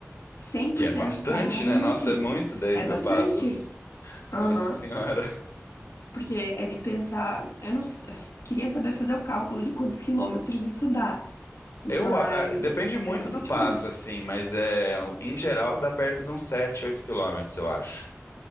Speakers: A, on the left (about 80°); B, on the left (about 65°).
A: cem
B: Que
A: por
B: é
A: cento
B: bastante,
A: parada
B: né?
A: não
B: Nossa,
A: fico.
B: é muito 10
A: É
B: mil
A: bastante?
B: passos.
A: Aham.
B: Nossa Senhora.
A: Porque é de pensar, eu não s- queria saber fazer o cálculo de quantos quilômetros isso dá, mas
B: Eu, a- depende muito
A: é bastante
B: do passo,
A: coisa.
B: assim, mas é, em geral dá perto de uns 7, 8 quilômetros, eu acho.